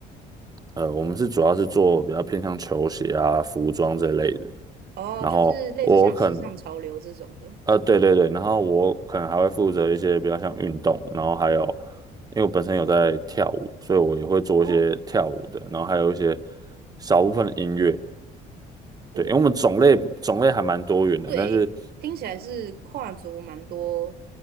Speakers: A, on the right (about 20°); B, on the right (about 70°).
A: 呃我们是主要是做比较偏向球鞋啊、服装这类的。
B: 哦，
A: 然后我可能
B: 就是类似像时尚潮流这种的。
A: 呃，对对对，然后我可能还会负责一些比较像运动，然后还有，因为我本身有在跳舞，所以我也会做一些跳舞的，
B: 哦，
A: 然后还有一些少部分的音乐，
B: 哦，
A: 对，因为我们种类种类还蛮多元的，
B: 对，
A: 但是
B: 听起来是跨足蛮多，